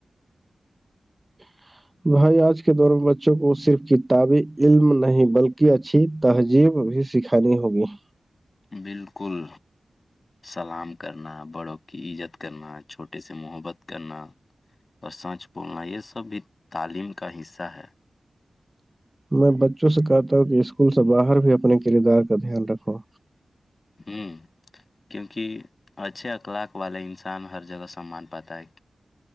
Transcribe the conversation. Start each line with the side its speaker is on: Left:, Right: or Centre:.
Right: <inaudible> بھائی آج کے دور میں بچوں کو صرف کتابی علم نہیں بلکہ اچھی تہذیب بھی سکھانی ہوگی
Left: بالکل سلام کرنا بڑوں کی عزت کرنا چھوٹے سے محبت کرنا اور سانچ بولنا یہ سب بھی تعلیم کا حصہ ہے
Right: میں بچوں سے کہتا ہوں کہ اسکول سے باہر بھی اپنے کردار کا دھیان رکھوں
Left: ہوں کیونکہ اچھے اخلاق والا انسان ہر جگہ سان پاتا ہے